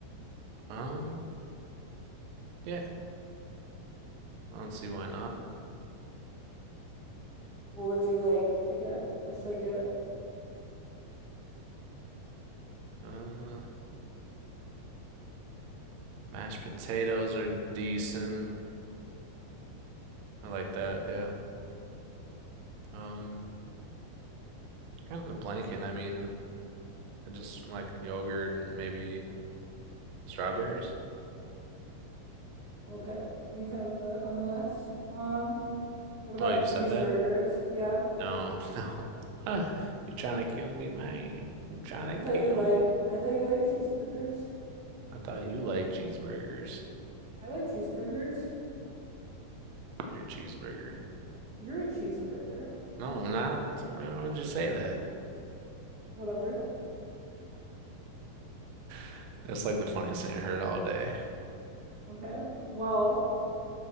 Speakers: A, on the right; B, on the right.
A: Um, yeah, I don't see why not.
B: What would you like to get? What should I get?
A: Uh, mashed potatoes are decent. I like that. Yeah. Um, kind of blanking. I mean, I just like yogurt and maybe strawberries.
B: Okay, we have that on the list. Um, what about
A: Oh, you
B: cheeseburgers?
A: said that?
B: Yeah,
A: No, <laughs> no. You're trying to kill me, man. You're trying to
B: I thought
A: kill
B: you liked.
A: me.
B: I thought you liked cheeseburgers.
A: I thought you liked cheeseburgers.
B: I like cheeseburgers.
A: You're a cheeseburger.
B: You're a cheeseburger.
A: No, I'm not. Why would you say that?
B: Whatever.
A: <laughs> That's like the funniest thing I heard all day.
B: Okay. Well,